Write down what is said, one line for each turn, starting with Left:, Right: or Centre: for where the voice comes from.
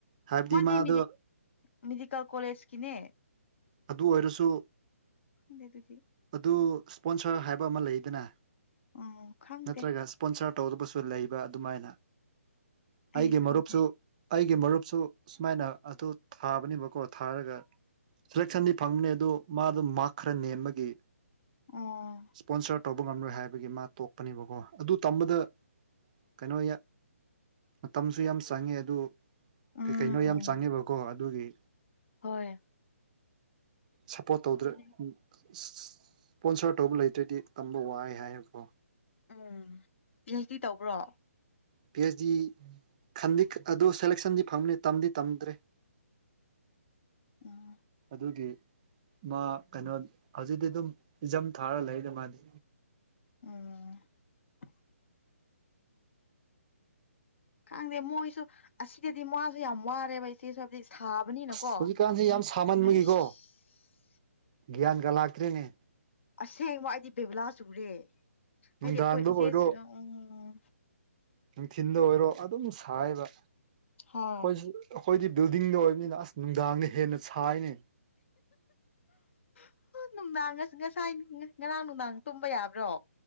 Right: ꯍꯥꯏꯕꯗꯤ
Left: ꯃꯥꯗꯤ
Right: ꯃꯥꯗꯣ
Left: ꯃꯦꯗꯤ ꯃꯦꯗꯤꯀꯦꯜ ꯀꯣꯂꯦꯖꯀꯤꯅꯦ
Right: ꯑꯗꯨ ꯑꯣꯏꯔꯁꯨ
Left: ꯈꯪꯗꯦ ꯑꯗꯨꯗꯤ
Right: ꯑꯗꯨ ꯏꯁꯄꯣꯟꯁꯔ ꯍꯥꯏꯕ ꯑꯃ ꯂꯩꯗꯅ
Left: ꯑꯣ ꯈꯪꯗꯦ
Right: ꯅꯠꯇ꯭ꯔꯒ ꯏꯁꯄꯣꯟꯁꯔ ꯇꯧ ꯂꯩꯕ ꯑꯗꯨꯃꯥꯏꯅ
Left: ꯑꯩ
Right: ꯑꯩꯒꯤ
Left: ꯈꯪꯗꯦ
Right: ꯃꯔꯨꯞꯁꯨ ꯑꯩ ꯒꯤ ꯃꯔꯨꯞꯁꯨ ꯁꯨꯃꯥꯏꯅ ꯑꯗꯨ ꯊꯥꯕꯅꯦꯕꯀꯣ ꯊꯥꯔꯒ ꯁꯦꯂꯦꯛꯁꯟꯗꯤ ꯐꯪꯕꯅꯦ ꯑꯗꯣ ꯃꯥꯗꯣ ꯃꯥꯔꯛ ꯈꯔ ꯅꯦꯝꯕꯒꯤ
Left: ꯑꯣ
Right: ꯏꯁꯄꯣꯟꯁꯔ ꯇꯧꯕ ꯉꯝꯂꯣꯏ ꯍꯥꯏꯕꯒꯤ ꯃꯥ ꯇꯣꯛꯄꯅꯦꯕꯀꯣ ꯑꯗꯨ ꯇꯝꯕꯗ ꯀꯩꯅꯣ ꯃꯇꯝꯁꯨ ꯌꯥꯝ ꯆꯪꯉꯦ ꯑꯗꯨ
Left: ꯎꯝ
Right: ꯀꯩꯅꯣ ꯌꯥꯝ ꯆꯪꯉꯦꯕꯀꯣ ꯑꯗꯨꯒꯤ
Left: ꯍꯣꯏ
Right: ꯁꯞꯄꯣꯔꯠ ꯇꯧꯗ꯭ꯔꯦ
Left: ꯎꯝ
Right: ꯁ꯭ꯄꯣꯟꯁꯔ ꯇꯧꯕ ꯂꯩꯇ꯭ꯔꯗꯤ ꯇꯝꯕ ꯋꯥꯏ ꯍꯥꯏꯕꯀꯣ
Left: ꯎꯝ ꯄꯤ ꯍꯩ꯭ꯁ ꯗꯤ ꯇꯧꯕ꯭ꯔꯣ
Right: ꯄꯤ ꯍꯩ꯭ꯁ ꯗꯤ ꯈꯟꯗꯤ ꯑꯗꯨ ꯁꯦꯂꯦꯛꯁꯟꯗꯤ ꯐꯪꯕꯅꯤ ꯇꯝꯗꯤ ꯇꯝꯗ꯭ꯔꯦ <inaudible>
Left: ꯎꯝ
Right: ꯗꯨꯒꯤ ꯃꯥ ꯀꯩꯅꯣ ꯍꯧꯖꯤꯛꯇꯤ ꯗꯨꯝ ꯏꯖꯝ ꯊꯥꯔ ꯂꯩꯗ ꯃꯥꯗꯤ
Left: ꯑꯣ ꯈꯪꯗꯦ ꯃꯣꯏꯁꯨ ꯑꯁꯤꯗꯗꯤ ꯃꯥꯖꯨ ꯌꯥꯝ ꯋꯥꯔꯦꯕ <unintelligible> ꯊꯥꯕꯅꯤꯅꯀꯣ
Right: ꯑꯁ ꯍꯧꯖꯤꯛꯀꯥꯟꯁꯦ ꯌꯥꯝ ꯁꯥꯃꯟꯕꯒꯤꯀꯣ
Left: ꯑꯩ꯭ꯁ
Right: ꯒ꯭ꯌꯥꯟꯒ ꯂꯥꯛꯇ꯭ꯔꯤꯅꯦ
Left: ꯑꯁꯦꯡꯕ ꯑꯩꯗꯤ ꯕꯦꯕꯨꯂꯥ ꯆꯨꯔꯦ ꯍꯥꯏꯗꯤ
Right: ꯅꯨꯡꯗꯥꯡꯗ
Left: ꯑꯥꯈꯣꯏ ꯏꯆꯦ
Right: ꯑꯣꯏꯔꯣ
Left: ꯎꯝ ꯎꯝ ꯎꯝ ꯎꯝ
Right: ꯅꯨꯡꯊꯤꯟꯗ ꯑꯣꯏꯔꯣ ꯑꯗꯨꯝ ꯁꯥꯏꯕ
Left: ꯍꯣꯏ
Right: ꯍꯣꯏꯁꯨ ꯈꯣꯏꯗꯤ ꯕꯤꯜꯗꯤꯡꯗ ꯑꯣꯏꯕꯅꯤꯅ ꯑꯁ ꯅꯨꯡꯗꯥꯡꯅ ꯍꯦꯟꯅ ꯁꯥꯏꯅꯦ
Left: <unintelligible> ꯅꯨꯡꯗꯥꯡ ꯉꯁꯥꯏ ꯉꯔꯥꯡ ꯅꯨꯡꯗꯥꯡ ꯇꯨꯝꯕ ꯌꯥꯕ꯭ꯔꯣ